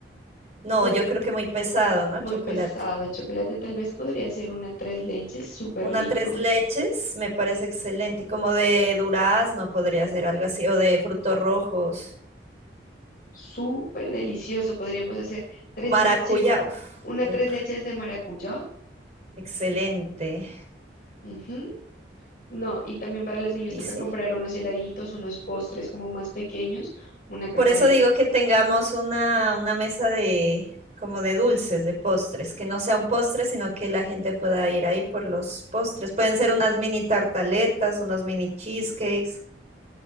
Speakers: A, on the right; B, on the left.
A: No,
B: podría
A: yo creo que muy pesado, ¿no?
B: muy
A: Chocolate.
B: pesado. El chocolate tal vez podría ser una tres leches súper
A: Una
B: rico,
A: tres leches me parece excelente, como de durazno podría ser algo así, o de frutos rojos.
B: súper delicioso. Podríamos hacer tres
A: Maracuyá,
B: leches
A: uff,
B: Una
A: rico,
B: tres leches de maracuyá.
A: excelente.
B: ujú, No, y también para los niños
A: Y
B: toca
A: sí,
B: comprar unos heladitos, unos postres como más pequeños, una caja
A: por eso
B: de...
A: digo que tengamos una, una mesa de como de dulces, de postres, que no sea un postre, sino que la gente pueda ir ahí por los postres. Pueden ser unas mini tartaletas, unos mini cheesecakes.